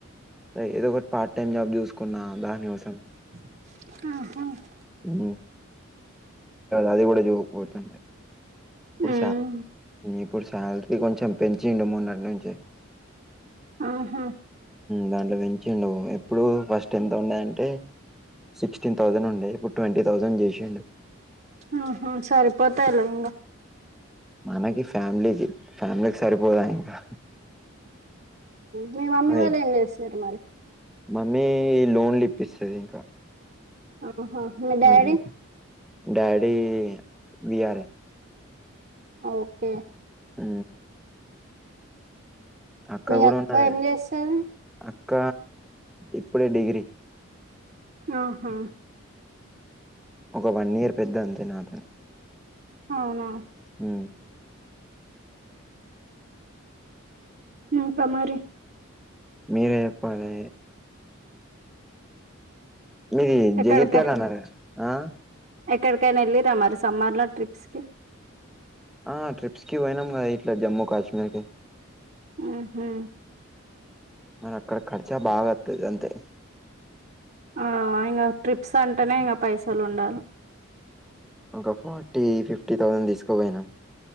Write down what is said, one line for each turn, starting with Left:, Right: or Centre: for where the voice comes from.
Centre: స ఏదో ఒకటి పార్ట్ టైమ్ జాబ్ చూసుకున్నా దానికోసం
Right: ఆహ
Centre: ఉ అది కూడా చూవకపోతుంది ఇప్పుడు
Right: ఉమ్
Centre: ఇప్పుడు శాలరీ కొంచెం పెంచిండు మొన్నటి నుంచి
Right: ఆహా
Centre: దాంట్లో పెంచిండు ఎప్పుడు ఫస్ట్ ఎంత ఉండయంటే సిక్స్టీన్ థౌజండ్ ఉండే ఇప్పుడు ట్వంటీ థౌజండ్ చేసండు
Right: ఆ సరి పోతాయిలే ఇంగ
Centre: మనకి ఫ్యామిలీకి ఫ్యామిలీకి సరిపోదా ఇంకా
Right: మీ మమ్మీ
Centre: మరి
Right: వాళ్ళు ఏం చేస్తారు మరి
Centre: మమ్మీ లోన్ లిప్పిస్తుది ఇంకా
Right: ఆహా మీ డాడీ
Centre: ఉమ్, డాడీ వీఆర్ఏ
Right: ఓకే
Centre: ఉ అక్క
Right: మీ
Centre: కూడా ఉన్నది
Right: ఏం చేస్తది
Centre: అక్క ఇప్పుడే డిగ్రీ
Right: ఆహా
Centre: ఒక వన్ ఇయర్ పెద్ద అంతే నాకు
Right: అవునా
Centre: హ
Right: ఇంకా మరి
Centre: మీరే చెప్పాలి మీది
Right: ఎక్కడిక
Centre: జగిత్యాల అన్నారు ఆ
Right: ఎక్కడికైనా వెళ్ళిరా మరి సమ్మర్లో ట్రిప్స్కి
Centre: ఆ ట్రిప్స్ కి పోయినాం కదా ఇట్లా జమ్మూ కాశ్మీర్ కి
Right: ఆహ
Centre: మన అక్కడ ఖర్చా బాగొత్తది అంతే
Right: ఆ ఇంకా ట్రిప్స్ అంటేనే ఇంకా పైసలు ఉండాలి
Centre: ఒక ఫార్టీ ఫిఫ్టీ థౌజండ్ తీసుకుపోయినాం